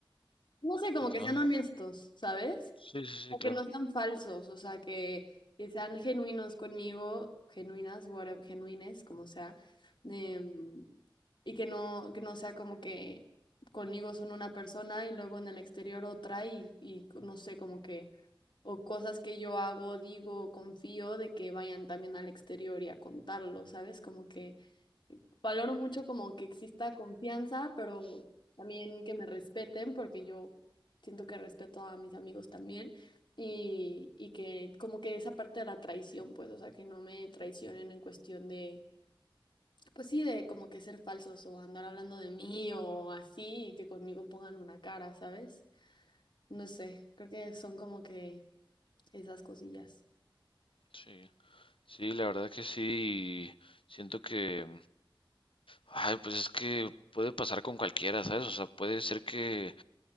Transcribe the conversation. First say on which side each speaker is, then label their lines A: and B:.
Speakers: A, on the left; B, on the left.
A: No sé, como
B: Con tu
A: que
B: banda.
A: sean honestos, ¿sabes?
B: Sí, sí,
A: O
B: sí,
A: que
B: claro.
A: no sean falsos, o sea, que, que sean genuinos conmigo, genuinas, whatever, genuines, como sea, em, y que no, que no sea como que conmigo son una persona y luego en el exterior otra y, y no sé, como que, o cosas que yo hago, digo, confío de que vayan también al exterior y a contarlo, ¿sabes? Como que Valoro mucho como que exista confianza, pero también que me respeten, porque yo siento que respeto a mis amigos también. Y, y que como que esa parte de la traición, pues, o sea, que no me traicionen en cuestión de, pues sí, de como que ser falsos o andar hablando de mí o así, y que conmigo pongan una cara, ¿sabes? No sé, creo que son como que esas cosillas.
B: Sí, sí, la verdad que sí, siento que, ay, pues es que puede pasar con cualquiera, ¿sabes? O sea, puede ser que